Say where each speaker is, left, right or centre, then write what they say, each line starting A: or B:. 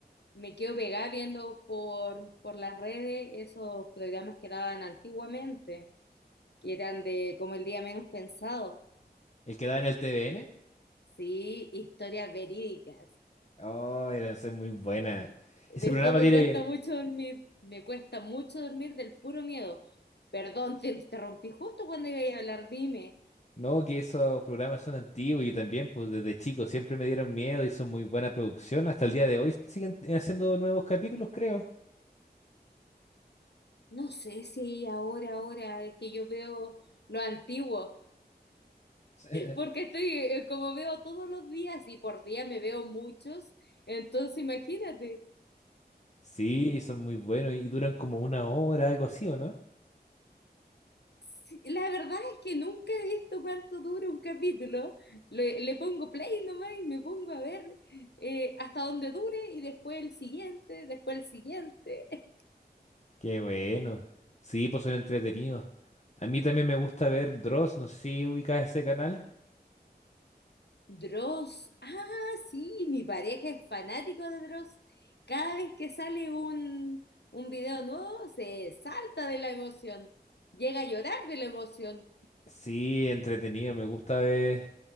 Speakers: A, on the left (about 80°); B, on the left (about 40°).
A: me quedo pegada viendo por, por las redes esos programas que daban antiguamente, que eran de como el día menos pensado.
B: El que da en el TVN.
A: Sí, historias verídicas.
B: Oh, era es muy buena.
A: Después
B: Ese programa
A: me
B: tiene.
A: cuesta mucho dormir, me cuesta mucho dormir del puro miedo. Perdón, te interrumpí justo cuando iba a hablar, dime.
B: No, que esos programas son antiguos y yo también, pues desde chico siempre me dieron miedo y son muy buena producción. Hasta el día de hoy siguen haciendo nuevos capítulos, creo.
A: No sé si ahora, ahora, es que yo veo lo antiguo.
B: <laughs>
A: Porque estoy, eh, como veo todos los días y por día me veo muchos, entonces imagínate.
B: Sí, son muy buenos y duran como una hora, algo así, ¿o no?
A: Sí, La verdad es que nunca he visto cuánto dura un capítulo. Le, le pongo play nomás y me pongo a ver eh, hasta donde dure y después el siguiente, después el siguiente.
B: Qué bueno. Sí, pues son entretenidos. A mí también me gusta ver Dross, no sé si ubicas ese canal.
A: Dross. Ah, sí, mi pareja es fanático de Dross. Cada vez que sale un, un video nuevo, se salta de la emoción. Llega a llorar de la emoción.
B: Sí, entretenido, me gusta ver,